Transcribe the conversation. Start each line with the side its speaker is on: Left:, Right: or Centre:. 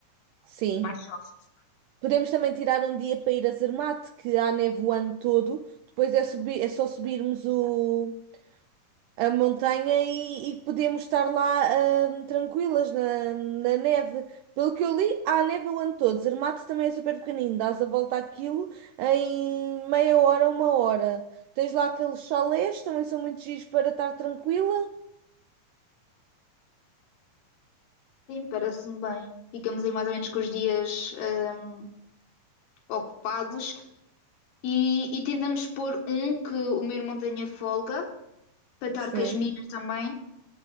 Right: sim.
Left: mais soft.
Right: Podemos também tirar um dia para ir a Zermatt, que há neve o ano todo. Depois é, subir, é só subirmos o, a montanha e, e podemos estar lá ah, tranquilas na, na neve. Pelo que eu li, há neve o ano todo. Zermatt também é super pequenino. Dás a volta àquilo em meia hora, uma hora. Tens lá aqueles chalés, também são muito giros para estar tranquila.
Left: Sim, parece-me bem. Ficamos aí mais ou menos com os dias hum, ocupados. E, e tentamos pôr um que o meu irmão tenha folga, para estar
Right: Sim,
Left: com as meninas também,